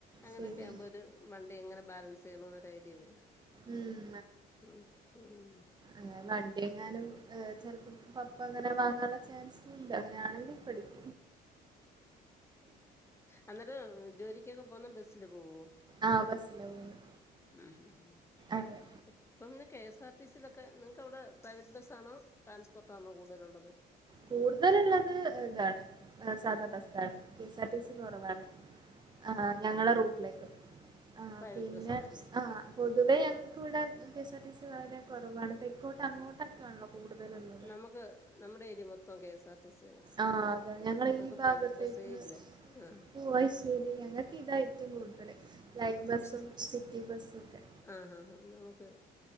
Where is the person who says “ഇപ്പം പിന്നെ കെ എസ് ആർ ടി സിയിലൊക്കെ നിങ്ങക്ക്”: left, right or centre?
Left